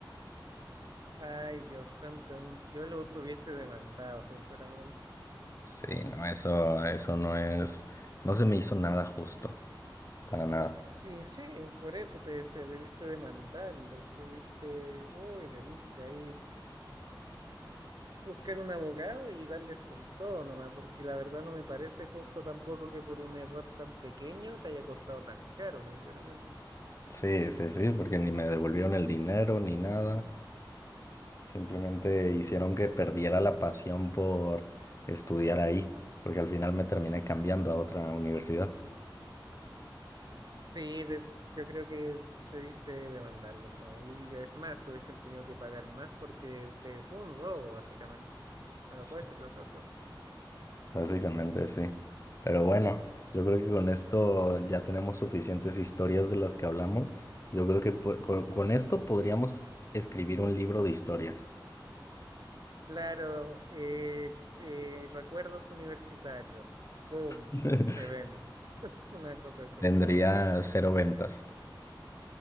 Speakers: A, on the right; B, on the left.
A: Ay, Dios santo, em, yo los hubiese demandado, sinceramente.
B: Sí, no, eso, eso no es, no se me hizo nada justo. Para nada.
A: Y sí, por eso te decía, debiste demandarlos, debiste, uy, debiste ahí buscar un abogado y darles con todo nomás, porque la verdad no me parece justo tampoco que por un error tan pequeño te haya costado tan caro, sinceramente.
B: Sí, sí, sí, porque ni me devolvieron el dinero ni nada. Simplemente hicieron que perdiera la pasión por estudiar ahí, porque al final me terminé cambiando a otra universidad.
A: Sí, de- yo creo que debiste demandarlos, ¿no? Y es más, te hubiesen tenido que pagar más porque te, fue un robo, básicamente. No lo
B: Sí.
A: puedes hacer de otra forma.
B: Básicamente sí. Pero bueno, yo creo que con esto ya tenemos suficientes historias de las que hablamos. Yo creo que po- co- con, esto podríamos escribir un libro de historias.
A: Claro, eh, eh, recuerdos universitarios, ¡pum!
B: <laughs>
A: Se vende. Una cosa así.
B: Tendría cero ventas.